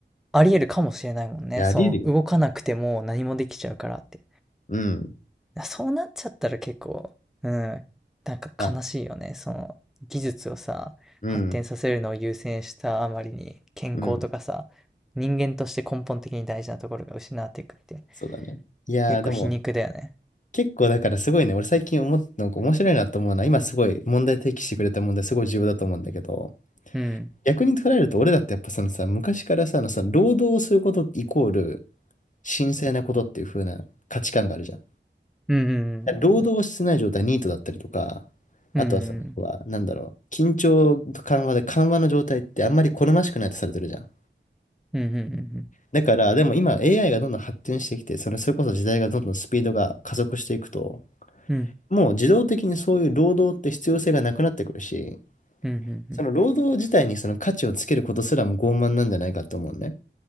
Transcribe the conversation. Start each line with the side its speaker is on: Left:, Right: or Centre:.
Centre: ありえるかもしれないもんね。
Left: やれるよ。
Centre: そう、動かなくても何もできちゃうからって。
Left: うん。
Centre: そうなっちゃったら結構、うん、なんか悲しいよね。
Left: まあ、
Centre: その技術をさ、
Left: うん。
Centre: 発展させるのを優先したあまりに健康とかさ、
Left: うん。
Centre: 人間として根本的に大事なところが失われていくって
Left: そうだね。いやー、
Centre: 結構皮肉だよね。
Left: でも、結構だからすごいね、俺最近思っなんか面白いなと思うのは、今すごい問題提起してくれた問題すごい重要だと思うんだけど、
Centre: うん。
Left: 逆に捉えると俺だってやっぱそのさ、昔からさ、あのさ、労働をすることイコール神聖なことっていう風な価値観があるじゃん。
Centre: うんう
Left: 労働をしてない状態、
Centre: ん
Left: ニートだったりとか、あとはその、
Centre: うん
Left: 要は、なんだろう、緊張と緩和で緩和の状態ってあんまり好ましくないとされてるじゃん。
Centre: うんうんうんうん
Left: だから、でも今 AI がどんどん発展してきて、それ、それこそ時代がどんどんスピードが加速していくと、
Centre: うん
Left: もう自動的にそういう労働って必要性がなくなってくるし、
Centre: うん
Left: その労働自体にその価値をつけることすらも傲慢なんじゃないかと思うね。